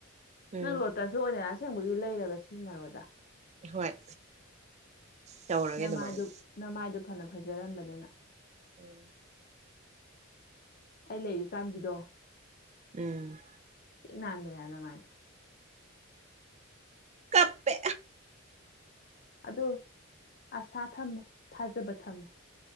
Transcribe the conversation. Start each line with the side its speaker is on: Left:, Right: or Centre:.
Right: ꯎꯝ
Left: ꯅꯪ ꯂꯣ ꯇꯁꯨ ꯑꯣꯏꯅ ꯑꯁꯦꯡꯕꯒꯤ ꯂꯩꯔꯒ ꯁꯤꯖꯤꯟꯅꯔꯣꯗ
Right: ꯍꯣꯏ ꯇꯧꯔꯒꯦ
Left: ꯅꯃꯥꯏꯗꯨꯅꯃꯥꯏꯗꯣ
Right: ꯑꯗꯨꯃꯥꯏꯅ
Left: ꯐꯅ ꯐꯖꯔꯝꯕꯅꯤꯅꯪ
Right: ꯎꯝ
Left: ꯑꯩ ꯂꯩꯔꯤꯀꯥꯟꯒꯤꯗꯣ
Right: ꯎꯝ
Left: ꯊꯤ ꯅꯥꯟꯕꯅꯦꯕ ꯅꯃꯥꯏꯗꯣ
Right: ꯀꯞꯄꯦ
Left: ꯑꯗꯣ ꯑꯁꯥ ꯊꯝꯃꯣ ꯊꯥꯖꯕ ꯊꯝꯃꯣ